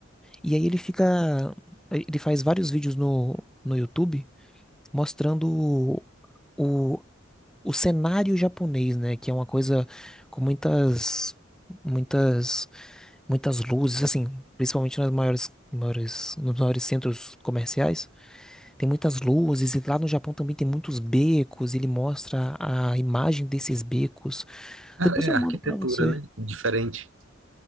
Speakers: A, in the centre; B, on the right.
A: E aí ele fica. Ele faz vários vídeos no, no YouTube mostrando o, o cenário japonês, né? Que é uma coisa com muitas, muitas, muitas luzes, assim, principalmente nas maiores, maiores, nos maiores centros comerciais. Tem muitas luzes e lá no Japão também tem muitos becos. Ele mostra a imagem desses becos.
B: Ah,
A: Depois
B: é
A: eu
B: arquitetura,
A: mando pra você.
B: né? Diferente.